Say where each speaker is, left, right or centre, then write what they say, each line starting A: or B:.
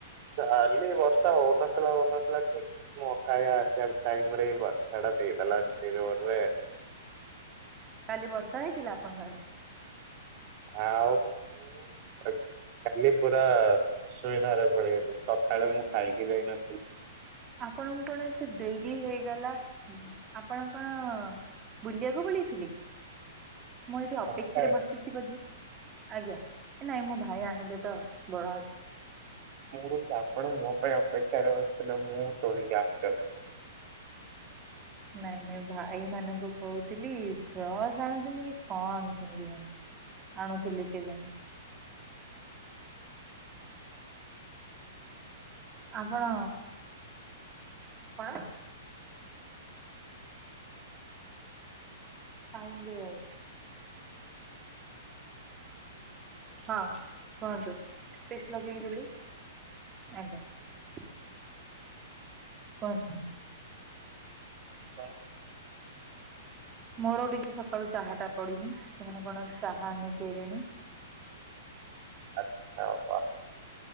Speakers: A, on the right; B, on the right.
A: କାଲି ବର୍ଷା ହୋଉନଥିଲା ହୋଉନଥିଲା କି ମୋ ଖାଇ ଆସିବା ଟାଇମ୍ ରେ ବର୍ଷା ଟା ଦେଇଦେଲା ଏତେ ଜୋରେ
B: କାଲି ବର୍ଷା ହେଇଥିଲା ଆପଣଙ୍କ ଆଡେ?
A: ଆଉ ମୁଁ-ମୁଁ କାଲି ପୁରା ଅସୁବିଧାରେ ପଡିଗଲି। ସଖାଳେ ମୁଁ ଖାଇକି ଯାଇନ
B: ଆପଣଙ୍କୁ କଣ ଏତେ ଡେରି ହେଇଗଲା ଉଁ ଆପଣ କଣ ବୁଲିବାକୁ ପଳେଇଥିଲେ କି? ମୁଁ ଏଠି
A: ସକାଳ
B: ଅପେକ୍ଷାରେ ବସିଚି ବୋଧେ? ଆଜ୍ଞା ନାଇଁ ମୋ ଭାଇ ଆଣିଲେ ତ ବରାସ୍
A: ମୁଁ ଆପଣ ମୋ ପାଇଁ ଅପେକ୍ଷାରେ ବସିଥିଲେ, ମୁଁ ଶୁଣିକି ଆଶ୍ଚର୍ଯ୍ୟ।
B: ନାଇଁ ନାଇଁ ଭାଇ ମାନଙ୍କୁ କୋହୁଥିଲି ବ୍ରସ ଆଣୁଛନ୍ତି କି କଣ ଆଣୁଛନ୍ତି କେଜାଣି? ଆଣୁଥିଲି କେଜାଣି? ଆପଣ କଣ? <unintelligible> ହୋଉ ହଁ। କୁହନ୍ତୁ? ପେଷ୍ଟ୍ ଲଗେଇକି ଦେଲୁ। ଆଜ୍ଞା କୁହନ୍ତ?
A: କଣ?
B: ମୋର ଟିକେ ସକାଳୁ ଚାହା ଟା ପଡିନି। ସେମାନେ କଣ ଚାହା ନେଇକି ଆଇଲେଣି।
A: ଆଛା ଆଉ କଣ?